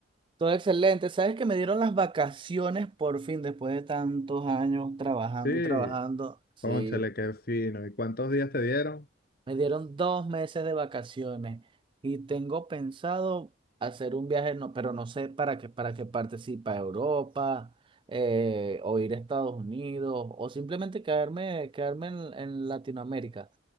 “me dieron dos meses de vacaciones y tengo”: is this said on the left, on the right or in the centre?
Right